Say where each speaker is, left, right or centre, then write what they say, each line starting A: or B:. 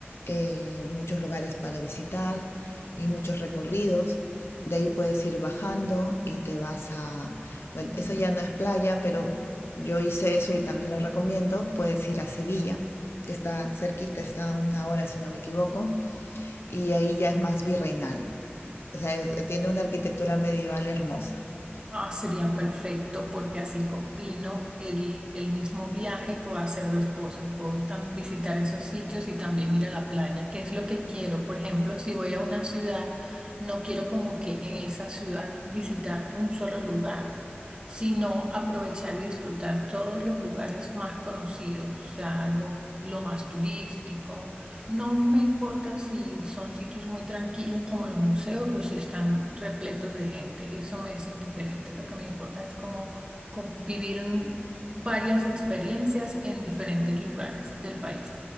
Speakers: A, on the left; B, on the right.
A: eh, muchos lugares para visitar y muchos recorridos. De ahí puedes ir bajando y te vas a, bueno, eso ya no es playa, pero yo hice eso y también lo recomiendo. Puedes ir a Sevilla, que está cerquita, está a una hora si no me equivoco, y ahí ya es más virreinal. O sea, es- tiene una arquitectura medieval hermosa.
B: Ah, sería perfecto porque así combino el, el mismo viaje, puedo hacer dos cosas, puedo tam- visitar esos sitios y también ir a la playa, que es lo que quiero. Por ejemplo, si voy a una ciudad, no quiero como que en esa ciudad visitar un solo lugar, sino aprovechar y disfrutar todos los lugares más conocidos, o sea, algo lo más turístico. No me importa si son sitios muy tranquilos como los museos o si están repletos de gente, eso me es indiferente. Lo que me importa es como, como vivir en varias experiencias en diferentes lugares del país.